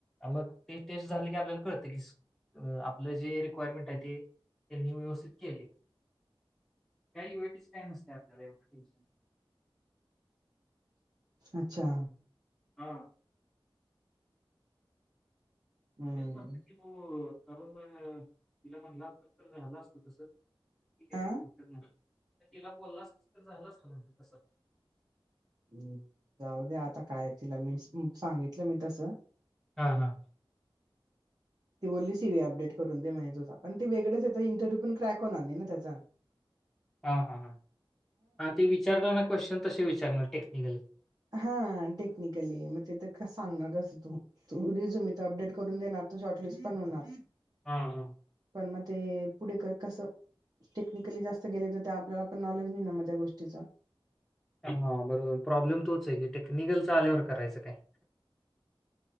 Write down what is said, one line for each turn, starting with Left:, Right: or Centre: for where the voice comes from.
Centre: मग ते टेस्ट झाले की आपल्याला कळते की आपलं जे रिक्वायरमेंट आहे ते त्यांनी व्यवस्थित केले. काही युएटीच काही नसतं आपल्याला एवढं टेशन.
Right: अच्छा.
Centre: हा.
Right: हम्म
Centre: तेच म्हणत्यात की, म तिला म्हणला असतं तर झाला असतं तसचं. ठिक आहे,
Right: आ
Centre: काय हरकत नाही. तर तिला बोललाच असतास, तर झालं असतं तसं.
Right: हम्म, जाऊ द्या आता. काय, तिला मी सांगितलं मी तसं.
Centre: हा-हा.
Right: ती बोलली सी व् अपडेट करून दे म्हणेज तुझ पण ते वेगंचचा इंटरव्यू पण क्रॅक होणार नाही. ना त्याचा
Centre: हा हा ह हा ते विचारत. ना क्वेश्चन तसे विचारणार टेक्निकल
Right: हा टेक्निकली मग ते तर सांगणार. कसं तू तू रिझूम इथ अपडेट करून देणार. तर शॉर्टलिस्ट पण होणार
Centre: हा हा
Right: पण मग ते पुढे कसं टेक्निकली जास्त गेले. तर त्या आपल्याला पण नॉलेज नाही. ना मग त्या गोष्टीचा
Centre: हा बरोबर प्रॉब्लेम तोच आहे. की टेक्निकलचा आल्यावर करायचं काय?